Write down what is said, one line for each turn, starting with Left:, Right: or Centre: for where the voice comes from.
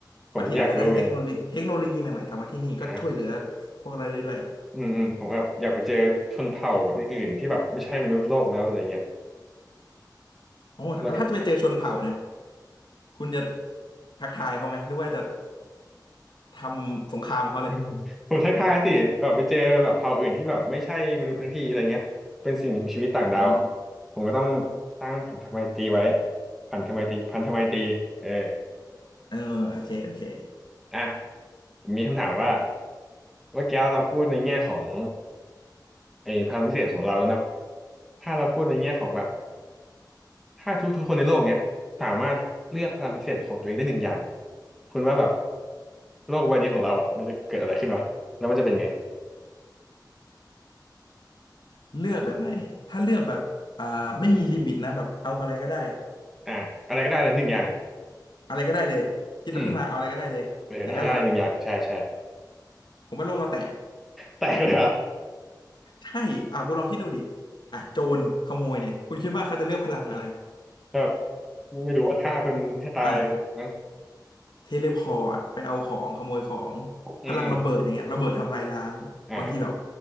Centre: ผมก็อยากรู้เหอนน
Left: บางทีอาจจะได้เทคโนโลยีเทคโนโลยีใหม่ๆกลับมาที่นี่ก็ช่วยเหลือ
Centre: นะ
Left: พวกเราได้ด้วย
Centre: อืมอืมผมแบบอยากไปเจอชนเผ่าอื่นๆที่แบบไม่ใช่มนุษย์โลกแล้วอะไรเงี้ย
Left: โอ้แล้วถ้าจะไปเจอชนเผ่าเนี่ย
Centre: แล้วก็
Left: คุณจะทักทายเขาไหมหรือว่าจะทำสงครามกับเขาเลย
Centre: <laughs> ผมทักทายสิแบบไปเจอแบบเผ่าอื่นที่แบบไม่ใช่มนุษย์ทั้งทีอะไรเงี้ยเป็นสิ่งมีชีวิตต่างดาว
Left: อ๋อ
Centre: ผมก็ต้องสร้างพันธไมตรีไว้พันธไมตรีพันธไมตรีเออ
Left: เออโอเคโอเค
Centre: อ่ะผมมีคำถามว่าเมื่อกี้เราพูดในแง่ของไอ้พลังพิเศษของเราแล้วเนาะถ้าเราพูดในแง่ของแบบถ้าทุกๆคนในโลกเนี้ยสามารถเลือกพลังพิเศษของตัวเองได้หนึ่งอย่างคุณว่าแบบโลกใบนี้ของเราอ่ะมันจะเกิดอะไรขึ้นวะแล้วมันจะเป็นไง
Left: เลือกแบบไหนถ้าเลือกแบบอ่าไม่มีลิมิตนะแบบเอาอะไรก็ได้
Centre: อ่ะอะไรก็ได้เลยหนึ่งอย่าง
Left: อะไรก็ได้เลยคิดขึ้นมาเอาอะไรก็ได้เลยอย่างนั้นเหรอ
Centre: อืมเอออะไรก็ได้เลยหนึ่งอย่างใช่ใช่
Left: ผมว่าโลกเราแตก
Centre: แตกเลยเหรอ่ะ
Left: ใช่อ่าคุณลองคิดดูดิอ่ะโจรขโมยเนี่ยคุณคิดว่าเขาจะเลือกพลังอะไร
Centre: <laughs> แบบไม่รู้ว่าฆ่าคนให้ตายนะ
Left: อ่ะ เทเลพอร์ตไปเอาของขโมยของ
Centre: อืม
Left: พลังระเบิดอย่างเงี้ยระเบิดทำลายล้างบางทีแบบ
Centre: อ่า